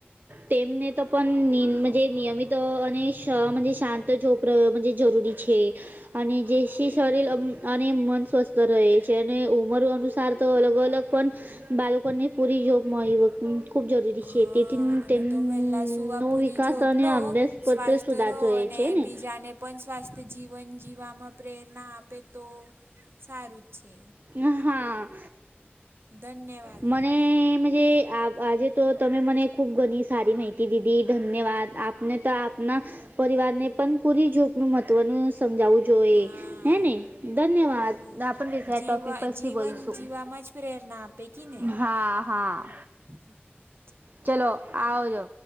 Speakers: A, on the right; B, on the right.
A: તેમને તો પણ નિયમિત અને શ શાંત જોપ જરૂરી છે. અને જે શી શરીર અને મન સ્વસ્થ રહે છે. અને ઉંમર અનુસાર તો અલગ અલગ પણ બાળકોને પૂરી જોગ મળી વ ખૂબ જરૂરી
B: હા
A: છે તેથી
B: અને
A: તેમ
B: તો વહેલા સુવા
A: નવ
B: પૂરી
A: વિકાસ
B: જોપ
A: અને
B: લો
A: અભ્યાસ પત્ર
B: સ્વાસ્થ્ય
A: સુધારતો
B: રહો
A: રહે
B: અને
A: છે ને
B: બીજાને પણ સ્વાસ્થ્ય જીવન જીવવામાં પ્રેરણા આપે તો સારું જ છે.
A: હા
B: ધન્યવાદ
A: મનેજ આ આજે તો તમે મને ખૂબ ઘણી સારી માહિતી દીધી ધન્યવાદ આપ ને તો આપના પરિવાર ને પણ પૂરી જોપનું મહત્વનું સમજાવું જો
B: હા
A: હે ને ધન્યવાદ
B: ઓ
A: આપ
B: જીવા
A: <unintelligible> પછી
B: જીવન
A: બોલશું
B: જીવામાં જ પ્રેરણા આપે કી ને
A: હા હા
B: હા <unintelligible>
A: ચલો આવજો.